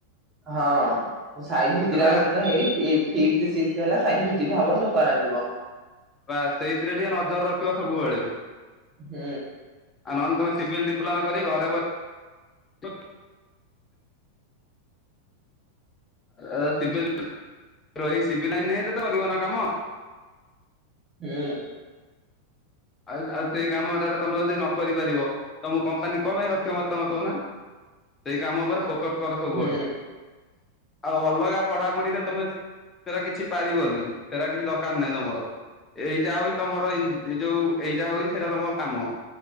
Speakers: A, on the right; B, on the left.
A: ହଁ ସାଇଡ୍ ଭିଜିଟ
B: ହେଲା
A: ଆମର ଟୋଟାଲ ହେଇନି ଏଇ ଫିଫଥ ସିକ୍ସଥ ହେଲା ସାଇଡ୍ ଭିଜିଟ ହବ ସବୁ କରା ଯିବ।
B: ବାସ ସେଇଥିରେ ଟିକେ ନଜର ରଖିବ ସବୁବେଳେ।
A: ହୁଁ।
B: ଆଉ ନହେଲେ ତୁମେ ସିଭିଲ୍ ଡିପ୍ଲୋମା କରି ଘରେ ବସିଥିବ ଏଇ ସିଭିଲ ରହି ସିଭିଲ ଲାଇନ ରେ ତ କରିବ ନା କାମ।
A: ହୁଁ।
B: ଆଉ ଆଉ ସେଇ କାମଟାରେ ତମେ ଯଦି ନ କରିପାରିବ ତମକୁ କମ୍ପାନୀ କଣ ପାଇଁ ରଖିବ ମତେ ତମେ କହୁନା। ସେଇ କାମ ଉପରେ ଫୋକସ କର ସବୁବେଳେ
A: ହୁଁ।
B: ଆଉ ଅଲଗା ପଢାପଢିରେ ତମେ ହେରା କିଛି ପାରିବନି ହେରା କିଛି ଦରକାର ନାହିଁ ତମର ଏଇଟା ହଉ ତମର ଏ ଯୋଉ ଏଇଟା ହଉଛି ସେଇଟା ତମ କାମ